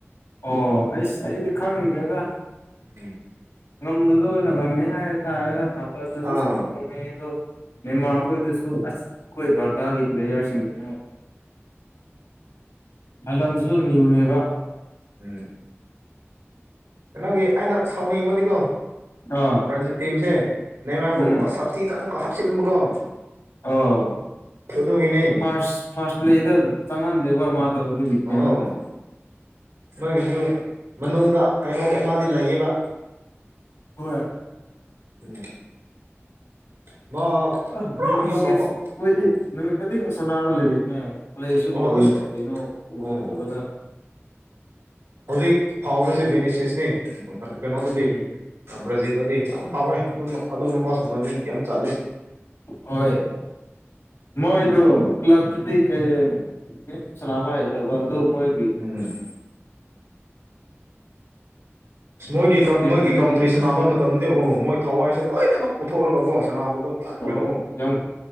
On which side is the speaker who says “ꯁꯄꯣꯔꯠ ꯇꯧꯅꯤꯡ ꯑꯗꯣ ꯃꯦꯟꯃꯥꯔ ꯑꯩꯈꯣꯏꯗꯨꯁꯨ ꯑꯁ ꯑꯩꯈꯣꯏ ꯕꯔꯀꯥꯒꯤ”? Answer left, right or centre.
Left